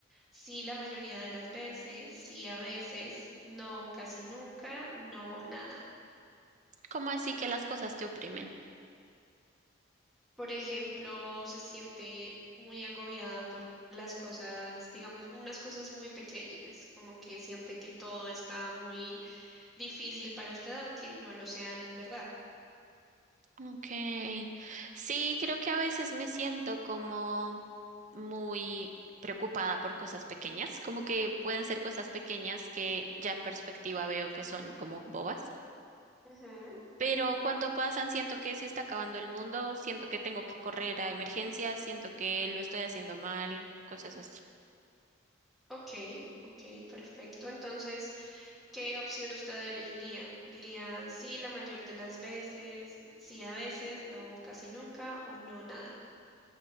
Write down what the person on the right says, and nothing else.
¿Cómo así que las cosas te oprimen?
Ok. Sí, creo que a veces me siento como muy preocupada por cosas pequeñas, como que pueden ser cosas pequeñas que ya en perspectiva veo que son como bobas,
pero cuando pasan siento que se está acabando el mundo, siento que tengo que correr a emergencias, siento que lo estoy haciendo mal, cosas así.